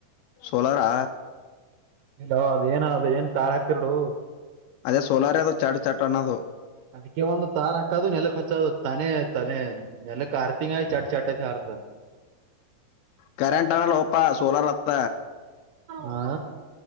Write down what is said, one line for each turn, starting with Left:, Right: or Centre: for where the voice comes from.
Left: ಸೋಲಾರಾ
Right: ಇಲ್ಲ ಅದ ಏನ ಅದ ಏನ್ ತಾಳ ಹಾಕಡು
Left: ಅದೇ ಸೋಲಾರದು ಚಾಟ ಚಾಟಾನದು
Right: ಅದಕ್ಕೆ ಒಂದು ತಾರ್ ಹಾಕದು ನೆಲಕ್ ಹಚ್ಚೋದು ತಾನೆ ತಾನ ನೆಲಕ್ ಆರ್ತಿಂಗಾಯಿ ಚಟ್ ಚಟ್ ಚಾರ
Left: ಕರೆಂಟ್ ಅನ ಲೋಪ ಸೋಲಾರ ಹತ್ತ
Right: ಹಾ